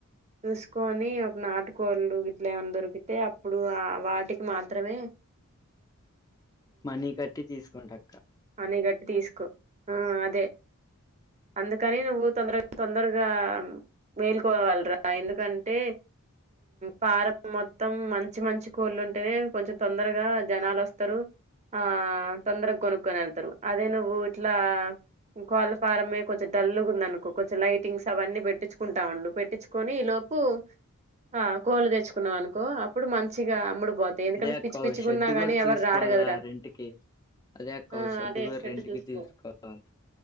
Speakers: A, on the right; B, on the left.
A: చూసుకొని ఒక నాటుకోళ్ళు ఇట్లా ఏమన్నా దొరికి తే అప్పుడు ఆ వాటికి మాత్రమే
B: మనీ కట్టి తీసుకుంటక్క
A: మని గట్టి తీసుకో ఆ అదే అందుకని నువ్వు తొందరగా తొందర తొందరగా వేలుకోవాలరా ఎందుకంటే ఫారం మొత్తం మంచి మంచి కోళ్ళు ఉంటేనే కొంచెం తొందరగా జనాలు వస్తారు. ఆ తొందరగా కొనుక్కొని వెళ్తారు అదే నువ్వు ఇట్లా కోళ్ళ ఫారమే కొంచెం డల్లుగా ఉంది అనుకో కొంచెం లైటింగ్స్ అవన్న పెట్టిచుకుంటా ఉండు పెట్టించుకొని ఇ లోపు ఆ కోళ్లు తెచ్చుకున్నావు అనుకో అప్పుడు మంచిగా అమ్ముడు పోతాయి ఎందుకంటే
B: అదే అక్క
A: పిచ్చి పిచ్చిగున్నా
B: షెడ్
A: గాని
B: కూడా
A: ఎవరు
B: చూసుకోవాలా
A: రారు కదరా
B: రెంట్కి అదే
A: ఆ
B: షెడ్
A: అదే
B: కూడా రెంట్
A: చూసుకో
B: కి తీసుకోవాలి